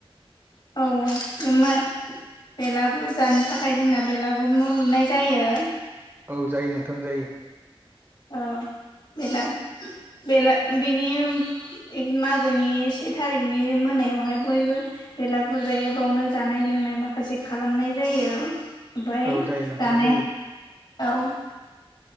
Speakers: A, on the left; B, on the right.
A: औ बेलागुर जानो थाखाय जोंना बेलागुरनो लुनाय जायो।
B: औ जायो नोंथां जायो।
A: औ बेला बेला बिनिक मागोनि से थारिखनि मोनायावहाय बयबो बेलागुरजायो बेावनो जानाय लोंनाय माखासे खालामनाय जायो। ओमफ्राय
B: औ जायो नोंथां
A: जानायाव
B: जायो